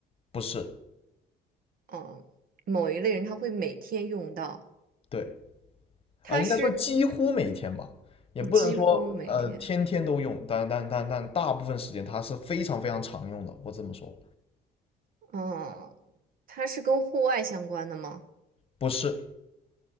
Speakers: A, on the left (about 35°); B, on the right (about 55°).
A: 不是，
B: 嗯、某一类人他会每天用到，
A: 对，
B: 它是
A: 啊、应该说几乎每天吧，也不能说呃天天都用，
B: 嗯几乎每天。
A: 但但但但大部分时间它是非常非常常用的，我这么说，
B: 嗯、它是跟户外相关的吗？
A: 不是，